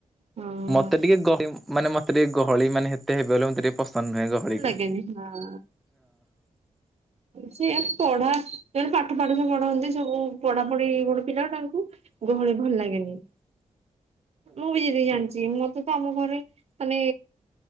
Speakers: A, on the right; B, in the centre.
A: ଭଲ
B: ମତେ ଟିକେ ଗହଳି ମାନେ ମତେ ଟିକେ ଗହଳି ମାନେ ହେତେ ହେବେ ବଲେ ମତେ ଟିକେ ପସନ୍ଦ ନୁହେଁ ଗହଳିକୁ।
A: ଲାଗେନି ହଁ। ସେ ପଢା ଜଣେ ପାଠ ଫାଠ ପଢନ୍ତି ସବୁ ପଢା ପଢି ଗୋଟେ ପିଲା ତାଙ୍କୁ ଗହଳି ଭଲ ଲାଗେନି ମୁଁ ଯେତିକି ଜାଣିଛି ମତେ ଆମ ଘରେ ମାନେ